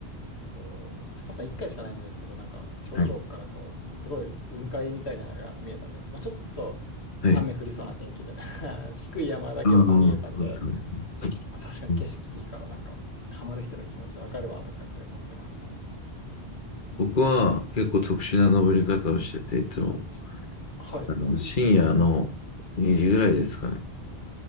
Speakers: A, on the left; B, on the left.
A: そう、高尾山1回しかないんですけど、なんか頂上からこう、
B: はい。
A: すごい雲海みたいなのが見えたんで、まあ、ちょっと雨降りそうな天気で
B: はい。
A: <laughs> 低い山だけどが見えたんで、
B: ああ、そうだったんですね。
A: まあ、確かに景色いいからなんか、
B: うん、
A: ハマる人の気持ちわかるわとかって思ってましたもん。
B: 僕は結構特殊な登り方をしてて、いつも、
A: はい。
B: あの、深夜の2時ぐらいですかね。